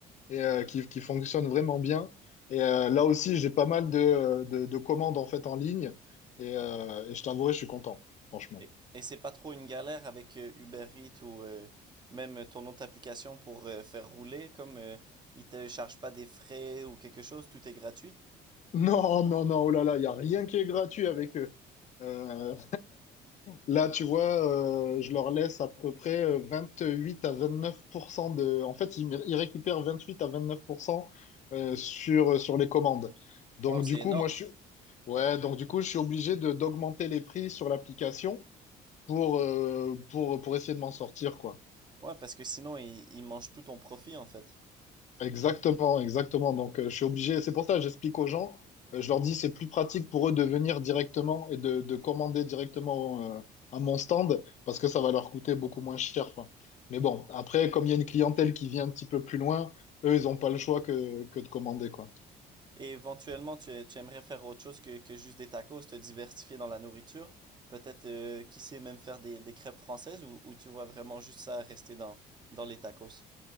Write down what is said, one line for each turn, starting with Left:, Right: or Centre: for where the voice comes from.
Left: et euh, qui, qui fonctionne vraiment bien. Et euh, là aussi, j'ai pas mal de, de, de commandes en fait en ligne. Et, euh, et je t'avouerai, je suis content, franchement.
Right: Et,
Left: <laughs>
Right: et c'est pas trop une galère avec euh, Uber Eats ou euh, même ton autre application pour euh, faire rouler, comme euh, ils te chargent pas des frais ou quelque chose, tout est gratuit.
Left: Non, non, non, oh là là, il n'y a rien qui est gratuit avec eux. Euh, là, tu vois, euh, je leur laisse à peu près euh, 28 à 29% de... En fait, ils, ils récupèrent 28 à 29% euh, sur, sur les commandes. Donc,
Right: Waouh, c'est
Left: du coup,
Right: énorme.
Left: moi, je suis... Ouais, donc du coup, je suis obligé de d'augmenter les prix sur l'application. pour, euh, pour, pour essayer de m'en sortir, quoi.
Right: Ouais, parce que sinon, ils il mangent tout ton profit, en fait.
Left: Exactement, exactement. Donc, euh, je suis obligé. C'est pour ça que j'explique aux gens. Euh, je leur dis, c'est plus pratique pour eux de venir directement et de, de commander directement euh, à mon stand parce que ça va leur coûter beaucoup moins cher, quoi. Mais bon, après, comme il y a une clientèle qui vient un petit peu plus loin, eux, ils n'ont pas le choix que, que de commander, quoi.
Right: Et éventuellement, tu, tu aimerais faire autre chose que, que juste des tacos, te diversifier dans la nourriture. Peut-être, euh, qui sait, même faire des, des crêpes françaises ou, ou tu vois vraiment juste ça rester dans, dans les tacos.